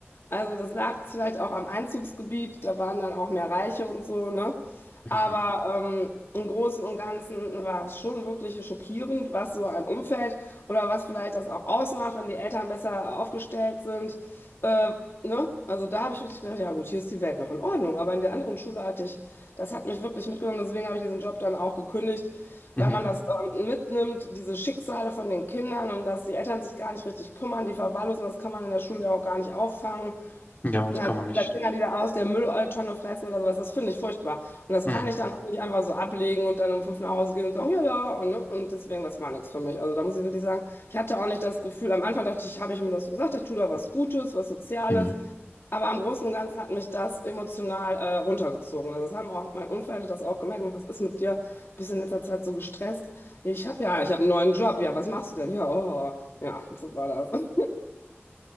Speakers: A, on the left; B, on the left.
A: Also das lag vielleicht auch am Einzugsgebiet, da waren dann auch mehr Reiche und so, ne?
B: Mhm.
A: Aber ähm, im Großen und Ganzen war es schon wirklich schockierend, was so ein Umfeld oder was vielleicht das auch ausmacht, wenn die Eltern besser aufgestellt sind. Äh, ne? Also da habe ich wirklich gedacht, ja gut, hier ist die Welt noch in Ordnung. Aber in der anderen Schule hatte ich, das hat mich wirklich mitgenommen, deswegen habe ich diesen Job dann auch gekündigt,
B: Mhm.
A: weil man das ähm, mitnimmt, diese Schicksale von den Kindern und dass die Eltern sich gar nicht richtig kümmern, die verwahrlosen, das kann man in der Schule ja auch gar nicht auffangen.
B: Ja, das
A: Ja,
B: kann
A: wie
B: man
A: gesagt,
B: nicht.
A: Kinder, die da aus der Mülltonne fressen oder sowas, das finde ich furchtbar. Und das
B: Mhm.
A: kann ich dann auch nicht einfach so ablegen und dann um fünf nach Hause gehen und sagen, ja, ja, und, ne? Und deswegen, das war nichts für mich. Also da muss ich wirklich sagen, ich hatte auch nicht das Gefühl, am Anfang dachte ich, habe ich mir das so gesagt, ich tue da was Gutes, was Soziales,
B: Mhm.
A: aber im Großen und Ganzen hat mich das emotional äh, runtergezogen. Also das haben auch, mein Umfeld hat das auch gemerkt, was ist mit dir? Du bist in letzter Zeit so gestresst. Ich habe ja, ich habe einen neuen Job, ja, was machst du denn? Ja, oh, ja, so war das. <laughs>